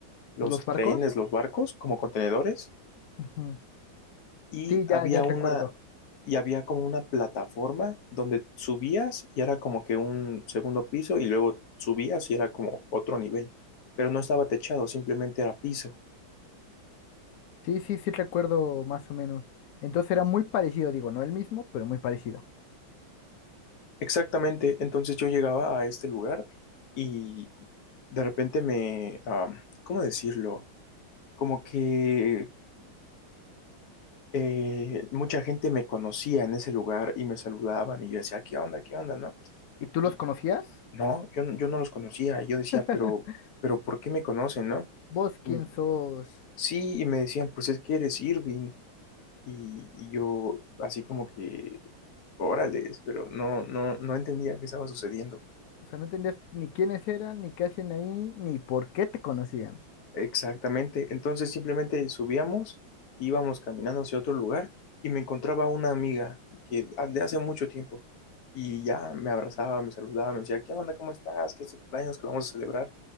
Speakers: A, on the left; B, on the left.
A: los
B: ¿Los barcos?
A: trenes, los barcos, como contenedores,
B: Ujú.
A: y
B: Sí,
A: había
B: ya, ya recuerdo.
A: una, y había como una plataforma donde subías y era como que un segundo piso y luego subías y era como otro nivel, pero no estaba techado, simplemente era piso.
B: Sí, sí, sí recuerdo más o menos. Entonces era muy parecido, digo, no el mismo, pero muy parecido.
A: Exactamente, entonces yo llegaba a este lugar y de repente me, ah, ¿cómo decirlo? Como que eh, mucha gente me conocía en ese lugar y me saludaban y yo decía, ¿qué onda? ¿Qué onda? ¿No?
B: ¿Y tú
A: Y
B: los conocías?
A: no, yo, no- yo no los conocía. Y yo decía,
B: <laughs>
A: pero, pero ¿por qué me conocen? ¿No?
B: ¿Vos quién
A: Y-
B: sos?
A: sí, y me decían, pues es que eres Irving. Y, y yo así como que, órales, pero no, no, no entendía qué estaba sucediendo.
B: O sea, no entendías ni quiénes eran, ni qué hacían ahí, ni por qué te conocían.
A: Exactamente. Entonces simplemente subíamos, íbamos caminando hacia otro lugar y me encontraba una amiga que de hace mucho tiempo y ya me abrazaba, me saludaba, me decía, ¿qué onda? ¿Cómo estás? ¿Qué es tu cumpleaños que vamos a celebrar?